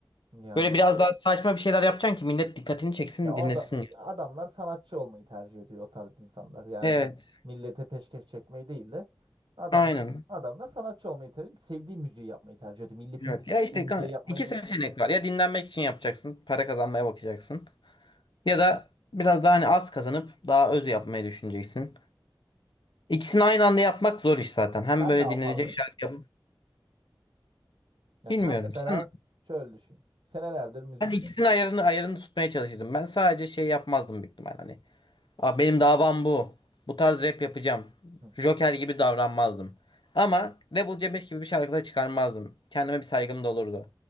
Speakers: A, on the right (about 80°); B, on the left (about 70°).
A: yani
B: Böyle biraz daha saçma bir şeyler yapacaksın ki millet dikkatini çeksin
A: ya o
B: dinlesin.
A: ada- adamlar sanatçı olmayı tercih ediyor o tarz insanlar. Yani
B: Evet.
A: ben millete peşkeş çekmeyi değil de adamlar
B: Aynen.
A: adamlar sanatçı olmayı tercih, sevdiği müziği yapmayı tercih ediyor. Milletin
B: Evet.
A: dinlediği
B: Ya işte
A: müziği
B: kan-
A: yapmayı
B: iki
A: değil.
B: seçenek var. Ya dinlenmek için yapacaksın. Para kazanmaya bakacaksın. Ya da biraz daha hani az kazanıp daha öz yapmayı düşüneceksin. İkisini aynı anda yapmak zor iş zaten. Hem
A: Sen
B: böyle
A: ne yapardın?
B: dinlenecek şarkı yapıp
A: Ya
B: bilmiyorum.
A: sen mesela
B: Sen
A: şöyle düşün. Senelerdir müzik
B: ben ikisinin
A: yaptın.
B: ayarını ayarını tutmaya çalışırdım. Ben sadece şey yapmazdım büyük ihtimal hani. Aa, benim davam bu. Bu tarz rap yapacağım.
A: Hı.
B: Joker gibi davranmazdım. Ama Rebel C5 gibi bir şarkı da çıkarmazdım. Kendime bir saygım da olurdu.